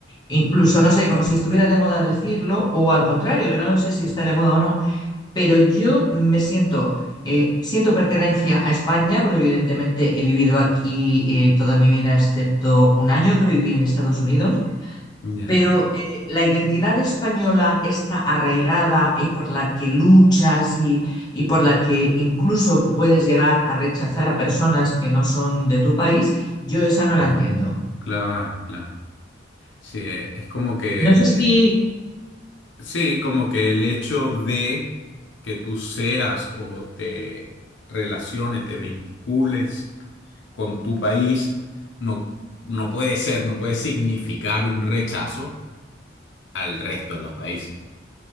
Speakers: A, on the left (about 20°); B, on the left (about 80°).
A: Incluso, no sé, como si estuviera de moda decirlo, o al contrario, que no lo sé si está de moda o no, pero yo me siento, eh, siento pertenencia a España, porque evidentemente he vivido aquí eh, toda mi vida, excepto un año que viví en Estados Unidos,
B: ya,
A: pero eh, la identidad española está arraigada y por la que luchas y, y por la que incluso puedes llegar a rechazar a personas que no son de tu país, yo esa no
B: claro.
A: la entiendo.
B: Claro, claro. Sí, es como que
A: No sé
B: eh,
A: si
B: Sí, como que el hecho de que tú seas o te relaciones, te vincules con tu país, no, no puede ser, no puede significar un rechazo al resto de los países.